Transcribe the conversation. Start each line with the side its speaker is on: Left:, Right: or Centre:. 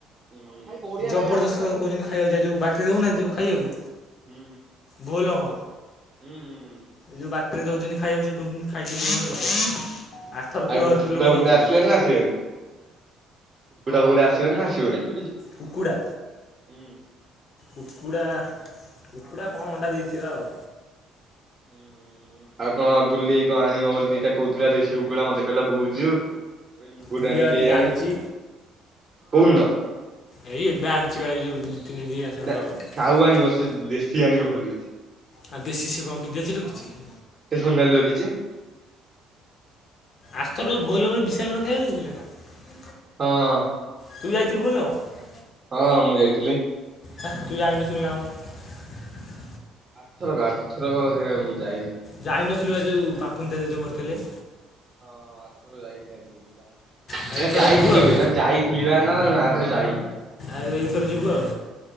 Right: ହଁ ଭାଈ ବଢିଆ
Left: ଜବରଦସ୍ତ
Right: ଲାଗେ ଆମେ ପା ସେଠି
Left: କହୁଛନ୍ତି
Right: ଖାଉ
Left: ଖାଇବାକୁ
Right: ହୁଁ ହୁଁ
Left: ଯା ଯୋଉ ବାଟରେ ଦଉନାହାନ୍ତି ଯୋଉ ଖାଇବାକୁ
Right: ହୁଁ
Left: ଭୋଲମ
Right: ହୁଁ ହୁଁ।
Left: ଏ ଯୋଉ ବାଟରେ ଦଉଛନ୍ତି ଖାଇଆ କହୁଛନ୍ତି ଖାଇକି ଯିବ ମାନେ ଜବର। ଆରଥର କୂଳହରିପୁର
Right: ଆଉ କୁକୁଡ଼ା
Left: ଲୋକ
Right: ଫୁକୁଡା
Left: ଦଉଥିଲେ
Right: ଆସିଲାନି
Left: ଆଁ
Right: ନା ଆସିବେନି? କୁକୁଡ଼ା ଫୁକୁଡା ଆସିବନି ନା <unintelligible>
Left: କୁକୁଡ଼ା।
Right: ହୁଁ।
Left: କୁକୁଡ଼ା କୁକୁଡ଼ା କଣ ଅଣ୍ଡା ଦେଇଥିବ ଆଉ।
Right: ଉୁଁ ହୁଁ ଆଉ କଣ ଗୁଲି ଆଇ କଣ ଆଣିବ ବୋଲି ଦିଟା କହୁଥିଲା ଦେଶୀ କୁକୁଡ଼ା ମତେ କହିଲା ବୁଝୁ। ମୁଁ କହିଲି ମୁଁ କୋଉଠୁ
Left: ବୁଲିବା
Right: ଆଣିବି
Left: ବା
Right: କେଜାଣି?
Left: ଦିଟା ଆଣିଛି
Right: କୋଉନ?
Left: ଏଇ ଏବେ ଆଣିଚି ଅଛି ବା ଏଇ ଯୋଉ ଦି ତିନି ଦି ମାସେ ଖଣ୍ଡେ
Right: ନା
Left: ହବ
Right: ସାଉ ଆଣିବ ସେ ଦେଶୀ ଆଣିବ ଖୋଜୁଚି।
Left: ଆଉ ଦେଶୀ ସେ କଣ ବିଦେଶୀ ରଖିଛି କି?
Right: ସିଏ କଣ ନେଲ୍ ରଖିଚି।
Left: ଆରଥରକ ଯୋଉ ଭୋଲବମ ରେ ବିଶାଲ ଘର ଖାଇଆକୁ ଦେଉଥିଲେ ନା।
Right: ହଁ।
Left: ତୁ ଯାଇଥିଲୁ ଭୋଲବମ?
Right: ହଁ ମୁଁ ଯାଇଥିଲି।
Left: ହେ ତୁ ଯାଇନଥିଲୁ ନା କଣ?
Right: ଆରଥରକ ଆରଥରକ ବୋଧେ ମୁଁ ଯାଇନି। ନା କଣ?
Left: ଯାଇନ ସିଏ ବା ଯୋଉ ବାପୁନ୍ ଦାଦା ଯୋଉ ମରିଥିଲେ।
Right: ହଁ ହଁ ଆରଥରକ ଯାଇ ହେଲାନି ପରା।
Left: ଆଉ
Right: ନା
Left: ଏଇଥର
Right: ଯାଇଥିଲୁ
Left: ଯିବୁ ଆଉ
Right: ବେ ନା ଯାଇଥିଲି ବା ନା ନା କେବେ ଯାଇନି?
Left: ଆ ଏଇଥର ଯିବୁ ଆଉ।